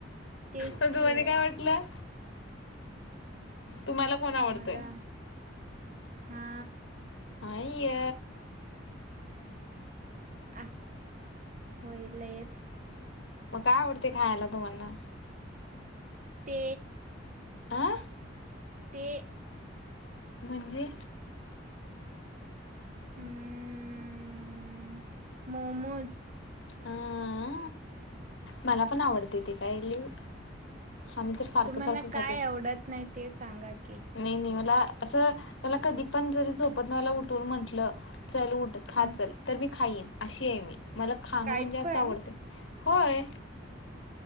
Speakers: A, on the right; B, on the left.
A: तेच
B: पण
A: की
B: तुम्हाला
A: हो.
B: काय वाटलं तुम्हाला कोण आवडतंय
A: मला हा.
B: आईय
A: अस होय लयच.
B: म काय आवडते खायला तुम्हाना?
A: ते
B: आं
A: ते
B: म्हणजे
A: अम मोमोज.
B: आं मला पण आवडते ते कायलीव आम्ही तर सारखं-सारखं
A: तुम्हाला काय
B: खातोय.
A: आवडत नाही ते सांगा की.
B: नाही नाही मला असं मला कधी पण जरी झोपत नाही मला उठवून म्हटलं चल उठ खा
A: हम्म
B: चल तर मी खाईन अशी आहे मी मला खाणं
A: काय
B: म्हणजे असं
A: पण
B: आवडते होय.